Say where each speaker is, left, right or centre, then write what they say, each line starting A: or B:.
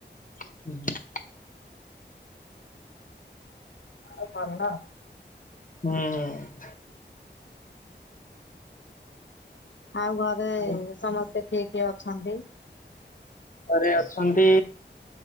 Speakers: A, on the left (about 45°); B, on the left (about 80°).
A: ହୁଁ।
B: ଏ ସରିଲା
A: ହୁଁ ହୁଁ।
B: ଆଉ ଘରେ
A: ଆଉ
B: ସମସ୍ତେ କିଏ କିଏ ଅଛନ୍ତି?
A: ଘରେ ଅଛନ୍ତି